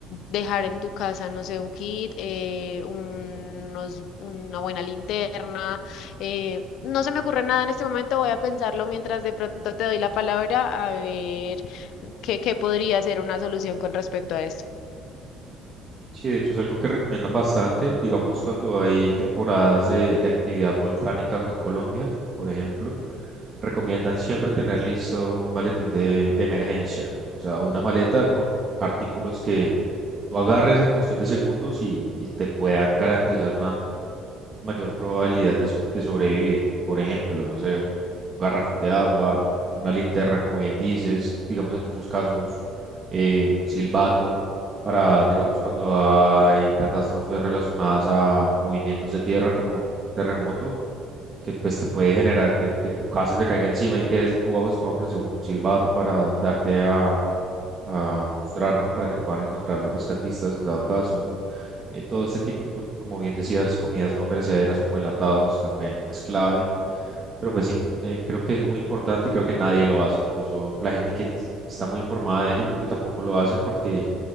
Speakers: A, on the left; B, on the right.
A: dejar en tu casa, no sé, un kit, eh, unos- una buena linterna. eh, no se me ocurre nada en este momento, voy a pensarlo mientras de pronto te doy la palabra a ver qué, qué podría ser una solución con respecto a esto.
B: Sí, de hecho es algo que recomiendan bastante, digamos cuando hay temporadas de, de actividad volcánica acá en Colombia, por ejemplo, recomiendan siempre tener listo un maletín de, de emergencia, o sea, una maleta con artículos que tú agarres en cuestión de segundos y, y te puedan garantizar mayor probabilidad de, so- de sobrevivir. Por ejemplo, no sé, un garrafón de agua, una linterna, como bien dices, digamos en muchos casos, eh, un silbato, para, digamos, cuando hay catástrofes relacionadas a movimientos de tierra como un terremoto, que pues te puede generar que, que tu casa te caiga encima y que tú bajo escombros, digamos, un silbato para darte a, a mostrar, ¿no? Para que te puedan encontrar los rescatistas en dado caso eh, todo este tipo, lo que- como bien decías, comidas no perecederas como enlatados también es clave, pero pues sí, eh, creo que es muy importante y creo que nadie lo hace. Incluso la gente que s- está muy informada de ello, creo que tampoco lo hacen porque